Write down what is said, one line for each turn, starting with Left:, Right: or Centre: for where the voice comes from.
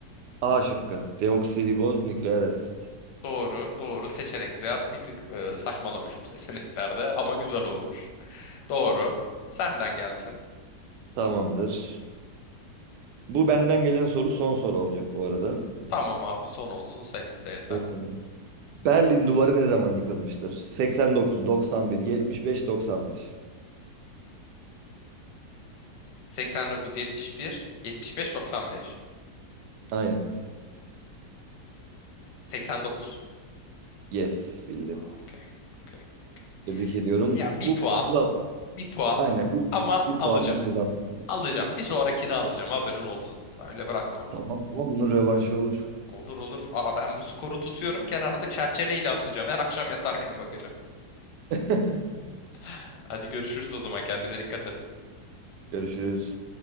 Right: A şıkkı. Deoksiriboz nükleer asit.
Left: Doğru, doğru. Seçenekler bir tık e, saçmalamışım seçeneklerde ama güzel olmuş. Doğru. Senden gelsin.
Right: Tamamdır. Bu benden gelen soru son soru olacak bu arada.
Left: Tamam abi son olsun sen iste yeter.
Right: Evet. Berlin Duvarı ne zaman yıkılmıştır? 89, 91, 75, 95.
Left: 89 71 75 95.
Right: Aynen.
Left: 89.
Right: Yes, bildin.
Left: Aa, Okey. Okey. Okey.
Right: Tebrik ediyorum.
Left: Ya bir
Right: Bu,
Left: puan,
Right: bu da
Left: bir puan
Right: aynen bir,
Left: ama
Right: bir
Left: alacağım.
Right: puanla kazandım.
Left: Alacağım. Bir sonrakini alacağım. Haberin olsun. Öyle bırakmam.
Right: Tamam ama bunun rövanşı olur.
Left: Olur olur. Aa ben bu skoru tutuyorum. Kenarda çerçeveyle asacağım. Her akşam yatarken bakacağım.
Right: <laughs>
Left: <laughs> Hadi görüşürüz o zaman. Kendine dikkat et.
Right: Görüşürüz.